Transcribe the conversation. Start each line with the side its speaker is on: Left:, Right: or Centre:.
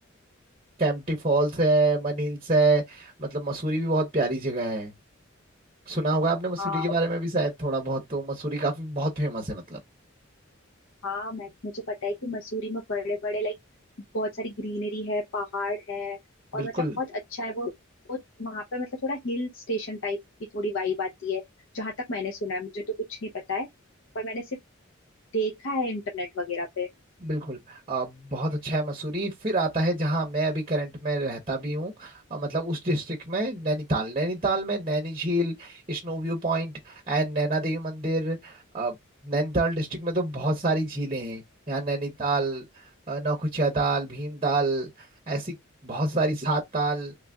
Right: कैंपटी फॉल्स है मन हिल्स है मतलब मसूरी भी बहुत प्यारी जगह है सुना होगा आपने मसूरी
Left: हाँ
Right: के बारे में भी शायद थोड़ा बहुत तो मसूरी काफी बहुत फेमस है मतलब
Left: हाँ मैं मुझे पता है कि मसूरी में बड़े बड़े लाइक बहुत सारी ग्रीनरी है पहाड़ है
Right: बिल्कुल
Left: और मतलब बहुत अच्छा है वो वो वहाँ पर मतलब थोड़ा हिल स्टेशन टाइप की थोड़ी वाइब आती है जहां तक मैंने सुना है मुझे तो कुछ नहीं पता है पर मैंने सिर्फ देखा है इंटरनेट वगैरह पे
Right: बिल्कुल अ, बहुत अच्छा है मसूरी फिर आता है जहाँ मैं अभी करंट में रहता भी हूँ अ, मतलब उस डिस्ट्रिक्ट में नैनीताल नैनीताल में नैनी झील snow view point and Naina Devi मंदिर अ, नैनीताल डिस्ट्रिक्ट में तो बहुत सारी झीलें हैं यहाँ नैनीताल अ, नौकुचिया ताल भीमताल ऐसी बहुत सारी सात ताल